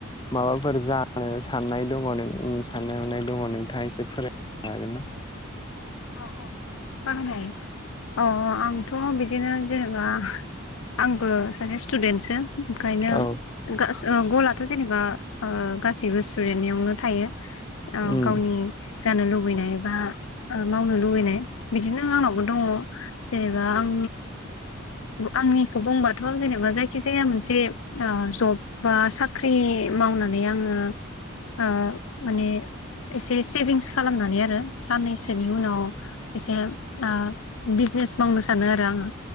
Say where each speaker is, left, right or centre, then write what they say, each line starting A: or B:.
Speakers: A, on the left (about 20°); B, on the left (about 80°).
A: माबा फोर जानो साननाय दङ नों साननाय हनाय दङ नोंथाङ एसे फोर जागोना
B: औ औ फोर हायो औ आंथ' बिदिनो जेनेबा आंबो सासे स्टुदेन्टसो ओंखायनो
A: औ
B: गा गलाथ' जेनेबा गासैबो स्टुन्देटनियावनो थायो ओ
A: उम
B: गावनि जानो लुबैनाय बा ओ मावनो लुुबैनाय बिदिनो आंनावबो दङ जेनेबा आं आंनिखौ बुंबाथ' जेनेबा जायखि जाया मोनसे जब बा साख्रि मावनानै आङो ओ माने एसे सेभिंस खालामनानै आरो साननै साननैसोनि उनाव एसे ओ बिजनेस मावनो सानो आरो आङो